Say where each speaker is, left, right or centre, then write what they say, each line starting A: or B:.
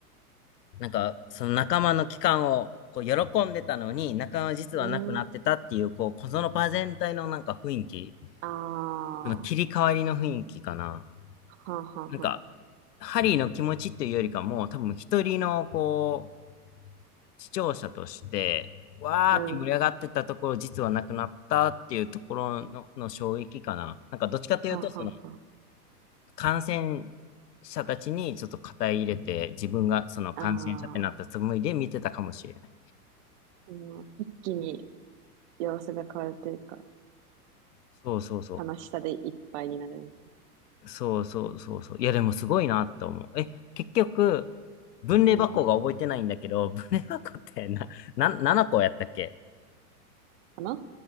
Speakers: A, on the left; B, on the right.
A: なんか、その仲間の帰還を、こう、喜んでたのに、仲間は実はなくなってたっていう、
B: うん。
A: こう、こその場全体のなんか雰囲気、
B: ああ、
A: その切り替わりの雰囲気かな。
B: はあはあはあ。
A: なんか、ハリーの気持ちっていうよりかも、多分一人の、こう、視聴者として、わーって盛り上がってたところ、
B: うん。は
A: 実はなくなったっていうところの、の衝撃かな。なんか、どっちかというと、
B: あはあは
A: その、感染者たちにちょっと肩入れて、自分がその感染者ってなったつもりで見てたかもしれない。
B: あ。ああ、この一気に様子が変わるというか、
A: そうそうそう。
B: 悲しさでいっぱいになるみたい
A: そうそうそうそう。いや、でもすごいなって思う。え、結局、分類箱が覚えてないんだけど、
B: な。うん。
A: 分類箱ってな、な、7個やったっけ
B: かな